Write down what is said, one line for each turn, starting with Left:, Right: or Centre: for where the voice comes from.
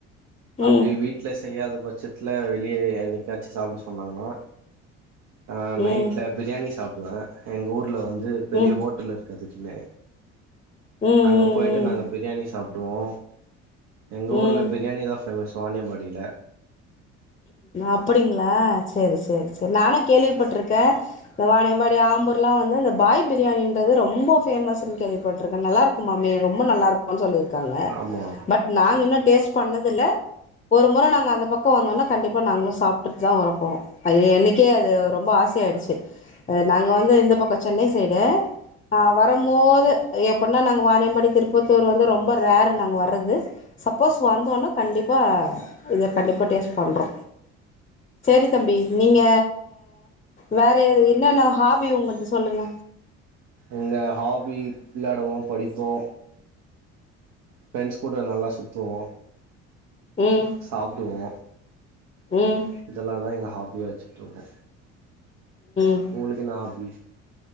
Right: அப்டி
Left: ம்
Right: வீட்ல செய்யாத பட்சத்ல வெளிய என்னிக்காச்சு சாப்ட சொன்னாங்கன்னா ஆ நைட்ல
Left: ம்
Right: பிரியாணி சாப்டுவ எங்க ஊர்ல வந்து பெரிய
Left: ம்
Right: ஹோட்டல் இரு கதுக்குனே
Left: ம்
Right: அங்க போயிட்டு நாங்க
Left: ம்
Right: பிரியாணி சாப்டுவோ எங்க
Left: ம்
Right: ஊர்ல
Left: ம்
Right: பிரியாணிதா ஃபேமஸ் வானியம்பாடில
Left: அப்டிங்ளா சேரி சேரி சேரி நானு கேள்விப்பட்டிருக்க இந்த வானியம்பாடி ஆம்பூர்லா வந்தா இந்த பாய் பிரியாணின்றது ரொம்ப ஃபேமஸ்னு கேள்விப்பட்டிருக்க நல்லா இருக்குமாமே ரொம்ப நல்லா இருக்குனு சொல்லிரு க்காங்க
Right: ஆமா
Left: பட் நாங் இன்னு டேஸ்ட் பண்ணதில்ல ஒரு முற நாங்க அந்த பக்கோ வந்தோனா கண்டிப்பா நாங்களு சாப்டுட்டுதா வர போறோ அது என்னைக்கே அது ரொம்ப ஆச ஆயிடுச்சு அ நாங்க வந்து இந்த பக்கோ சென்னை சைடு ஆ வரம்போது எப்பனா நாங்க வானியம்பாடி திருப்பத்தூர் வந்து ரொம்ப ரேர் நாங்க வர்றது சப்போஸ் வந்தோன்ன கண்டிப் பா இத கண்டிப்பா டேஸ்ட் பண்றோ சேரி தம்பி நீங்க வேற எ என்னென்ன ஹாபி உங்ள்து சொல்லுங்க
Right: எங்க ஹாபி விளயாடுவோ படிப்போ பிரண்ஸ் கூட நல்லா சுத்துவோ
Left: ம்
Right: சாப்டுவோ
Left: ம்
Right: இதெல்லா தா எங்க ஹாபிய வச்சிட்ருக்கோ
Left: ம்
Right: உங்களுகு என்ன ஹாபி